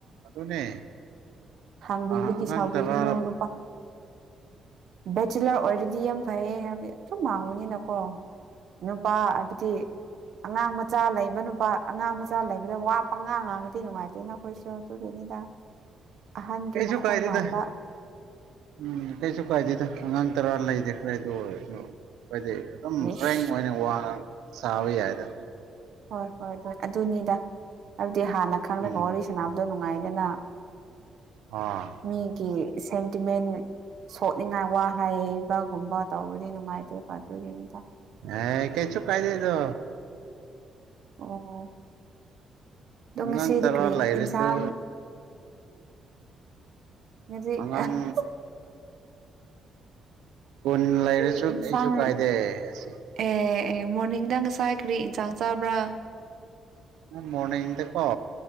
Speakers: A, on the right; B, on the right.
A: ꯑꯗꯨꯅꯦ
B: ꯍꯥꯡꯕꯤꯕꯒꯤ
A: ꯑ ꯑꯉꯥꯡ
B: ꯁꯥꯎꯕꯤꯒꯅꯨ
A: ꯇꯔꯥꯔꯕ
B: ꯅꯨꯄꯥ ꯕꯦꯆꯤꯂꯔ ꯑꯣꯏꯔꯗꯤ ꯌꯥꯝ ꯐꯩꯌꯦ ꯍꯥꯏꯕꯗꯤ ꯁꯨꯝ ꯃꯥꯡꯕꯅꯤꯅꯀꯣ ꯅꯨꯄꯥ ꯍꯥꯏꯕꯗꯤ ꯑꯉꯥꯡ ꯃꯆꯥ ꯂꯩꯕ ꯅꯨ ꯂꯨꯄꯥ ꯑꯉꯥꯡ ꯃꯆꯥ ꯂꯩꯕꯗ ꯋꯥꯄ ꯉꯥꯡ ꯉꯥꯡꯉꯗꯤ ꯅꯨꯡꯉꯥꯏꯇꯦꯅ ꯑꯩꯈꯣꯏꯁꯨ ꯑꯗꯨꯒꯤꯅꯤꯗ ꯑꯍꯟꯒꯤ
A: ꯀꯩꯁꯨ
B: ꯃꯈꯣꯟ
A: ꯀꯥꯏꯗꯗ
B: ꯃꯥꯟꯕ
A: ꯎꯝ ꯀꯩꯁꯨ ꯀꯥꯏꯗꯗ ꯑꯉꯥꯡ ꯇꯔꯥ ꯂꯩꯗꯤꯦꯈ꯭ꯔꯦ ꯑꯗꯨ ꯑꯣꯏꯔꯁꯨ ꯍꯥꯏꯣꯏꯗꯤ ꯑꯗꯨꯝ
B: ꯏꯁ
A: ꯐ꯭ꯔꯦꯡ ꯑꯣꯏꯅ ꯋꯥꯡꯉ ꯁꯥꯕ ꯌꯥꯏꯔꯦ
B: ꯍꯣꯏ ꯍꯣꯏ ꯑꯗꯨ ꯑꯗꯨꯅꯤꯗ ꯍꯥꯏꯕꯗꯤ ꯍꯥꯟꯅ ꯈꯪꯂꯉꯒ
A: ꯎꯝ
B: ꯋꯥꯔꯤ ꯁ ꯑ ꯅꯨꯡꯉꯥꯏꯗꯅ
A: ꯑꯥ
B: ꯃꯤꯒꯤ ꯁ ꯗꯤꯃꯦꯟ ꯁꯣꯛꯅꯤꯡꯉꯥꯏ ꯋꯥ ꯍꯩꯕꯒꯨꯝꯕ ꯇꯧꯕꯗꯤ ꯅꯨꯡꯉꯥꯏꯇꯦꯕ ꯑꯗꯨꯒꯤꯅꯤꯗ
A: ꯑꯦ ꯀꯩꯁꯨ ꯀꯥꯏꯗꯦꯗꯣ
B: ꯑꯣ ꯑꯗꯣ ꯉꯁꯤꯗꯤ
A: ꯑꯉꯥꯡ ꯇꯔꯥ
B: ꯀ꯭ꯔꯤ
A: ꯂꯩꯔꯁꯨ
B: ꯏꯟꯁꯥꯡ ꯑꯗꯤ
A: ꯑꯉꯥꯡ
B: <unintelligible>
A: ꯀꯨꯟ ꯂꯩꯔꯁꯨ
B: ꯀꯔꯤ ꯏꯟꯁꯥꯡ
A: ꯀꯩꯁꯨ ꯀꯥꯏꯗꯦ ꯑꯁꯤ
B: ꯑꯦ ꯑꯦ ꯃꯣꯔꯅꯤꯡꯗ ꯉꯁꯥꯏ ꯀꯔꯤ ꯏꯟꯁꯥꯡ ꯆꯥꯕ꯭ꯔꯥ
A: ꯃꯅꯗꯀꯣ